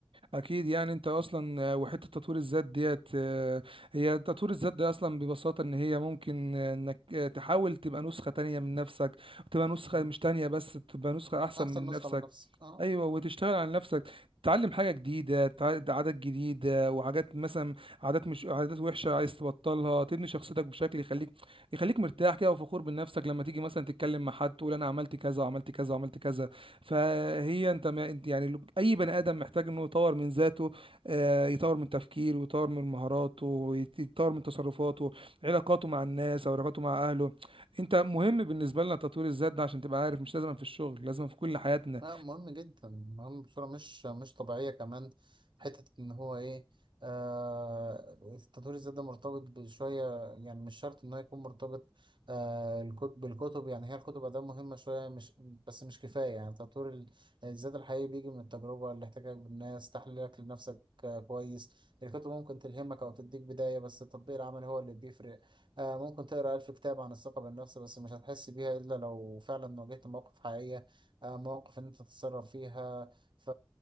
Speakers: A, on the right (about 80°); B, on the right (about 60°).
A: اكيد يعني انت اصلا آه، وحته تطوير الذات ديت آه، هي تطوير الذات ده اصلا ببساطه ان هي ممكن آه، انك آه، تحاول تبقى نسخه تانية من نفسك وتبقى نسخه
B: مم.
A: مش تانية بس تبقى نسخه احسن
B: أحسن
A: من نفسك
B: نسخة من نفسك أه
A: ايوه وتشتغل على نفسك تتعلم حاجه جديده تع- عادات جديده وحاجات مثلا عادات مش عادات وحشه عايز تبطلها تبني شخصيتك بشكل يخليك يخليك مرتاح كده وفخور بنفسك لما تيجي مثلا تتكلم مع حد تقول انا عملت كذا وعملت كذا وعملت كذا فهي انت ما انت يعني لو- اي بني ادم محتاج انه يطور من ذاته آه، يطور من تفكيره ويطور من مهاراته ويت- يطور من تصرفاته علاقاته مع الناس او علاقاته مع اهله انت مهم بالنسبه لنا تطوير الذات ده عشان تبقى عارف مش لازم في الشغل لازم في كل حياتنا
B: لا مهم جدا مهم بصورة مش مش طبيعية كمان حتة إن هو إيه آه التطوير الذات ده مرتبط بشوية يعني مش شرط إن هو يكون مرتبط آه الكتب بالكتب يعني هي الكتب أداة مهمة شوية مش بس مش كفاية يعني تطوير ال- الذات الحقيقي بيجي من التجربة الاحتكاك بالناس تحليلك لنفسك آه كويس الكتب ممكن تلهمك أو تديك بداية بس التطبيق العملي هو اللي بيفرق آه ممكن تقرأ ألف كتاب عن الثقة بالنفس بس مش هتحس بيها إلا لو فعلا واجهت مواقف حقيقية آه، مواقف ان انت تتصرف فيها ف